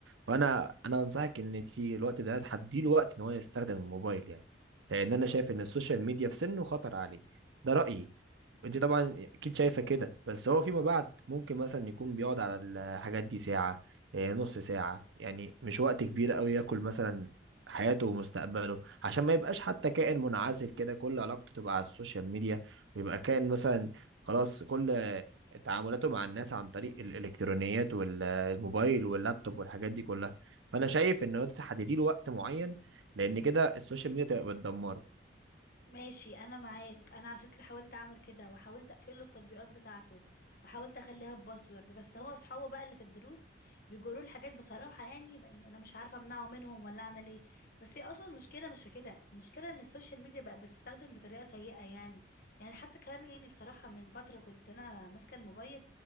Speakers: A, on the right; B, on the left.
A: فانا انا بنصحك ان انت الوقت ده تحدي له وقت ان هو يستخدم الموبايل يعني لان انا شايف ان السوشيال ميديا في سنه خطر عليه ده رأيي انت طبعا اكيد شايفه كده بس هو فيما بعد ممكن مثلا يكون بيقعد على الحاجات دي ساعه آه، نص ساعه يعني مش وقت كبير قوي ياكل مثلا حياته ومستقبله عشان ما يبقاش حتى كائن منعزل كده كل علاقته تبقى على السوشيال ميديا ويبقى كائن مثلا خلاص كل تعاملاته مع الناس عن طريق الالكترونيات والموبايل واللابتوب والحاجات دي كلها فانا شايف ان هو تحددي له وقت معين لان كده السوشيال ميديا تبقى بتدمره
B: ماشي انا معاك انا على فكره حاولت اعمل كده وحاولت اقفل له التطبيقات بتاعته وحاولت اخليها بباسورد بس هو اصحابه بقى اللي في الدروس بيجروا الحاجات بصراحه يعني يعني انا مش عارفه امنعه منهم ولا اعمل ايه بس هي اصلا المشكله مش في كده المشكله ان السوشيال ميديا بقى بتستخدم بطريقه سيئه يعني يعني حتى كمان يعني بصراحه من فتره كنت انا ماسكه الموبايل